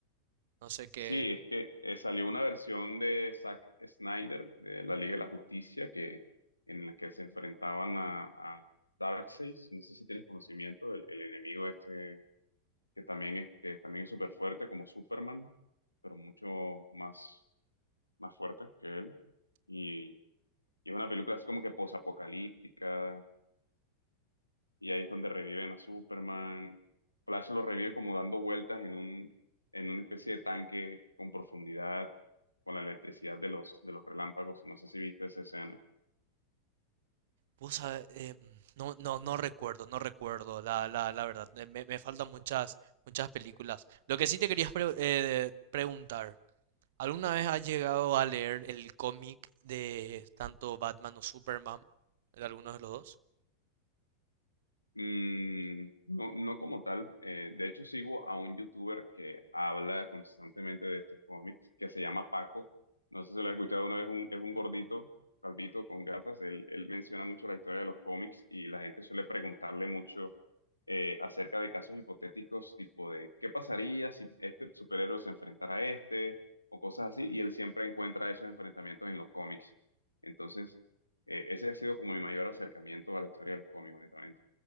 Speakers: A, on the right; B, on the left.
A: No sé qué.
B: Sí, es que eh, salió una versión de Zack Snyder, de la Liga de la Justicia, que, en la que se enfrentaban a, a Darkseid. No sé si tienes conocimiento del el enemigo este, que también es, que también es súper fuerte como Superman, pero mucho más, más fuerte que él. Y, y es una película así como que posapocalíptica, y ahí es donde reviven a Superman. Flash lo revive como dando vueltas en un, en una especie de tanque con profundidad, con la electricidad de los, de los relámpagos. No sé si viste esa escena.
A: Vos sabe- em, no, no, no recuerdo, no recuerdo, la, la, la verdad. eh, Me, me faltan muchas, muchas películas. Lo que sí te quería pre- eh, preguntar, ¿alguna vez has llegado a leer el cómic de tanto Batman o Superman? ¿De alguno de los dos?
B: Mm, no, no como tal. Eh, de hecho, sigo a un youtuber que habla constantemente de estos cómics, que se llama Paco. No sé si lo has escuchado una vez, un- es un gordito, calvito, con gafas. Él, él menciona mucho la historia de los cómics y la gente suele preguntarle mucho eh, acerca de casos hipotéticos, tipo de qué pasaría si este superhéroe se enfrentara a este o cosas así. Y él siempre encuentra esos enfrentamientos en los cómics. Entonces, eh, ese ha sido como mi mayor acercamiento a la historia de los cómics, honestamente.